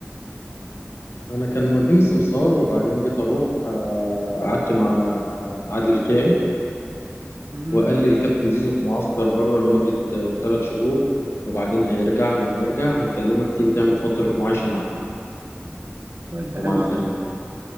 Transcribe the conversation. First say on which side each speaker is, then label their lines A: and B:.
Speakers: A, on the left (about 65°); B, on the right (about 45°).
A: انا كان موديني سمسار وبعدين جيت اروح آه، قعدت مع عادل القيعي
B: امم
A: وقال لي الكابتن زيزو في معسكر بره لمده ثلاث شهور وبعدين هيرجع لما يرجع هنكلمك تيجي تعمل فتره معايشه معنا
B: طيب ده
A: ومع
B: حلو
A: الفريق
B: أوي.